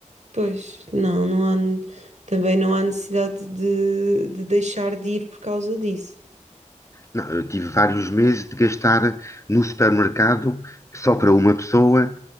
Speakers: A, on the right; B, on the left.
A: pois. Não, não há. ne- Também não há necessidade de, de deixar de ir por causa disso.
B: Não, eu tive vários meses de gastar no supermercado, só para uma pessoa,